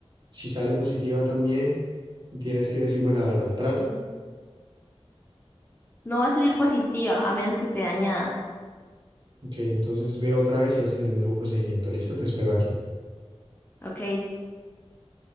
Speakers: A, on the right (about 45°); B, on the left (about 20°).
A: Si sale positiva también, tienes que decirme la verdad. ¿Trato?
B: no va a salir positiva a menos que esté dañada.
A: Ok, entonces ve otra vez y haces el mismo procedimiento. Listo, te espero aquí.
B: Ok,